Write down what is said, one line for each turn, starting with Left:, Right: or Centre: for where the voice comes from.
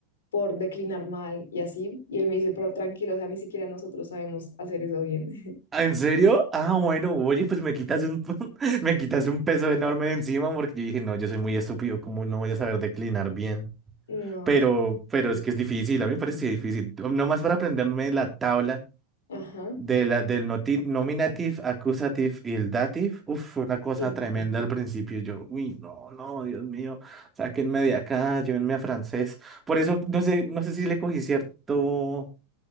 Left: por declinar mal y así. Y él me dice, pero tranquilo, o sea, ni siquiera nosotros sabemos hacer eso bien. <laughs>
Right: ¿ah, ¿En serio? Ah, bueno, oye, pues me quitas un, <laughs> me quitas un peso enorme de encima porque yo dije, no, yo soy muy estúpido, como no voy a saber declinar bien?
Left: No,
Right: Pero,
Left: es que
Right: pero
Left: sí.
Right: es que es difícil, a mí me parece difícil. Nomás para aprenderme la tabla.
Left: Ajá.
Right: de la, del noti- nominative, accusative y el dative, uf, fue una cosa
Left: Sí,
Right: tremenda
Left: no, horrible.
Right: al principio. Yo, uy, no, no, Dios mío, sáquenme de acá, llévenme a francés. Por eso no sé, no sé si le cogí cierto,